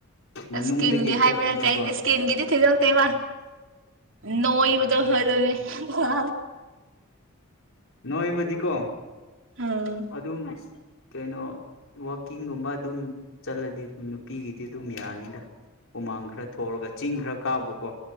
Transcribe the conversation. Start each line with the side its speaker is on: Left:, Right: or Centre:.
Left: ꯃꯅꯨꯡꯗꯒꯤ
Right: ꯏꯁꯀꯤꯟꯒꯤ ꯍꯥꯏꯕ
Left: ꯊꯣꯛꯄꯅꯦꯕ
Right: ꯅꯠꯇꯦ ꯑꯩꯗꯤ ꯏꯁꯀꯤꯟꯒꯤꯗꯤ ꯊꯣꯏꯗꯣꯛꯇꯦꯕ ꯅꯣꯏꯕꯗꯣ ꯑꯗꯨꯅꯦ ꯋꯥ
Left: ꯅꯣꯣꯏꯃꯗꯤꯀꯣ
Right: ꯎꯝ
Left: ꯑꯗꯨꯗꯅ ꯀꯩꯅꯣ ꯋꯥꯛꯀꯤꯡꯒꯨꯝꯕ ꯑꯗꯨꯝ ꯆꯠꯂꯗꯤ ꯅꯨꯄꯤꯒꯤꯗꯤ ꯑꯗꯨꯝ ꯌꯥꯅꯤꯗ ꯍꯨꯃꯥꯡ ꯈꯔ ꯊꯣꯛꯑꯒ ꯆꯤꯡ ꯈꯔ ꯀꯥꯕꯀꯣ